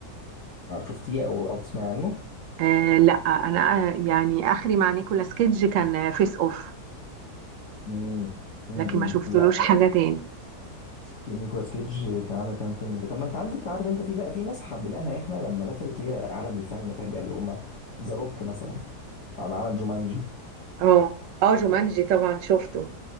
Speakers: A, on the left (about 45°); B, on the right (about 60°).
A: عارف- شفتيه او او تسمع عنه
B: آه، لا انا آه، يعني اخري مع نيكولاس كيدج كان فيس اوف
A: امم امم
B: لكن ما شفتلوش
A: لا
B: حاجه تاني
A: سكي- نيكولاس كيدج كان عامل كام فيلم كده طب ما انت عندك عارف انت في بقى في ناس حبيناها احنا لما دخلت هي عالم الفن فجاه اللي هم ذا روك مثلا عم- عمل جومانجي
B: اه اه جومانجي طبعا شفته